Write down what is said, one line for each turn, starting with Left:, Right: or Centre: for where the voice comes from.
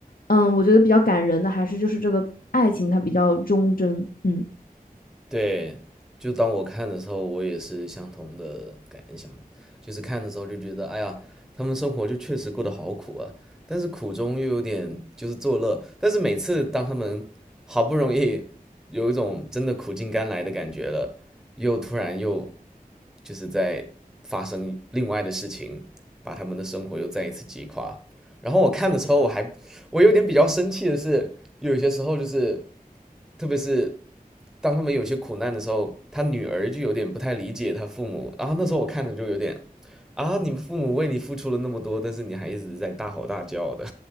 Left: 嗯，我觉得比较感人的还是就是这个爱情它比较忠贞，嗯。
Centre: 对，就当我看的时候，我也是相同的感想，就是看的时候就觉得，哎呀，他们生活就确实过得好苦啊，但是苦中又有点就是作乐，但是每次当他们好不容易有一种真的苦尽甘来的感觉了，又突然又就是在发生另外的事情，把他们的生活又再一次击垮。然后我看的时候，我还我有点比较生气的是，有一些时候就是，特别是当他们有些苦难的时候，他女儿就有点不太理解他父母。然后那时候我看着就有点，啊，你们父母为你付出了那么多，但是你还一直在大吼大叫的。